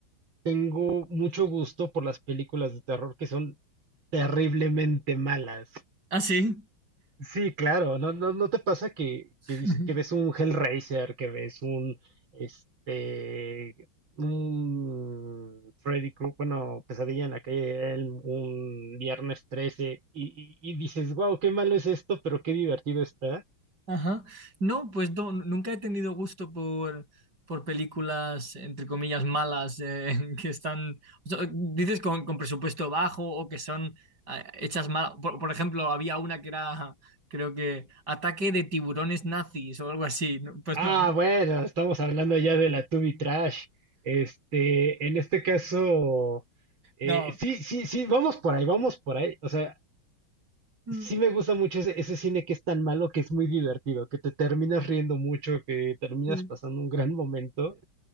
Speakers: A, on the right; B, on the right.
A: tengo mucho gusto por las películas de terror que son terriblemente malas.
B: ¿Ah, sí?
A: Sí, claro, ¿no, no, no te pasa que,
B: <laughs>
A: que, vis- que ves un Hellraiser, que ves un, este, un Freddy Krueger, bueno, Pesadilla en la calle de Elm, un Viernes 13, y, y- y dices, wow, qué malo es esto, pero qué divertido está?
B: Ajá. No, pues no, nunca he tenido gusto por, por películas, entre comillas, malas, eh, <laughs> que están, o sea, dices, con, con presupuesto bajo o que son eh, hechas mal. Por, por ejemplo, había una que era, creo que, ataque de tiburones nazis o algo así. No, Pues
A: Ah,
B: no,
A: bueno, estamos hablando ya de la Tubi Trash. Este, en este caso, eh,
B: no.
A: sí, sí, sí, vamos por ahí, vamos por ahí. O sea,
B: Mm,
A: sí me gusta mucho ese, ese cine que es tan malo que es muy divertido, que te terminas riendo mucho, que terminas
B: sí.
A: pasando un gran momento,